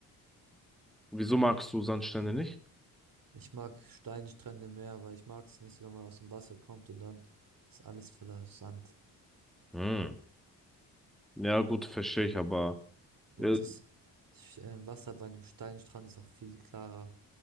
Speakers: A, in the centre; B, on the right.
A: Wieso magst du Sandstrände nicht?
B: ich mag Steinstrände mehr, weil ich mag es nicht so, wenn man aus dem Wasser kommt und dann ist alles voller Sand.
A: Hm. Ja, gut, verstehe ich, aber
B: Und
A: äh,
B: das äh, Wasser bei einem Steinstrand ist auch viel klarer.